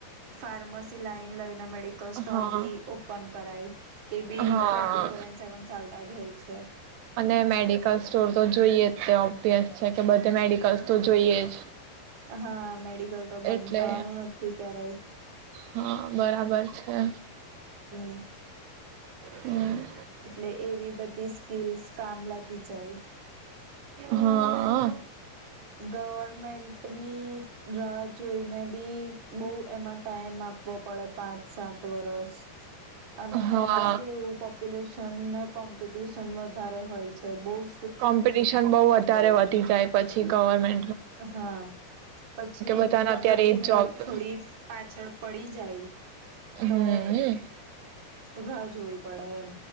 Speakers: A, on the right; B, on the right.
A: pharmacy line લઈ ના મેડિકલ સ્ટોર
B: હા
A: બી ઓપન કરાઈ તે બી
B: હા
A: ટ્વેન્ટી ફોર એન સેવેન ચાલ તાજ હોય છે.
B: અને મેડિકલ સ્ટોર તો જોઈએ તો તેજ છે કે બધે મેડિકલ્સ તો જોઈએ જ
A: હા મેડિકલ તો બંધ
B: એટલે
A: થવાનું નથી ક્યારેય
B: હા બરાબર છે.
A: હમ્મ.
B: હમ્મ.
A: એટલે એવી બધી સ્કીલ્સ કામ લાગી જાય.
B: હાઅ.
A: ગવર્મેન્ટની રાહ જોઈને ભી બહું એમાં ટાઈમ આપવો પડે પાંચ સાત વરસ અને
B: હા
A: એમાં કેવું પ સિલેશન ને કોમ્પિટિશન વધારે હોય છે બહુજ
B: કોમ્પિટિશન બહુ વધારે વધી જાય પછી. ગવરમે
A: હા પછી
B: બધાને
A: તમારી
B: અત્યારે એ જ
A: મહેનત
B: જોબ
A: થોડી પાછળ પડી જાય
B: હમ
A: તો રાહ જોવી પડે એમ.